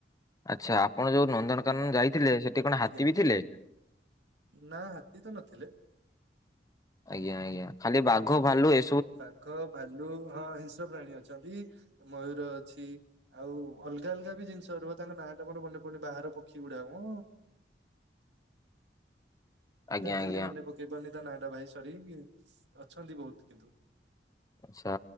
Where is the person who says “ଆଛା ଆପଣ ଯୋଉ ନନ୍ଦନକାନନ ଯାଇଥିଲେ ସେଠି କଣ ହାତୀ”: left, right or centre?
Left